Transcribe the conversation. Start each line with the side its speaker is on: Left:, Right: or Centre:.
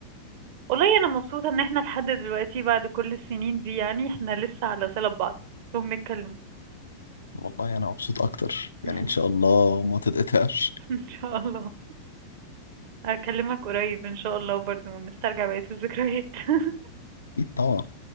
Right: والله انا مبسوطه ان احنا لحد دلوقتي بعد كل السنين دي يعني احنا لسه على صله ببعض وبنتكلم
Left: والله انا مبسوط اكتر يعني
Right: <laughs>
Left: ان شاء الله ما تتقطعش
Right: ان شاء الله اكلمك قريب ان شاء الله برضو ونسترجع بقيه الذكريات <laughs>
Left: اكيد طبعا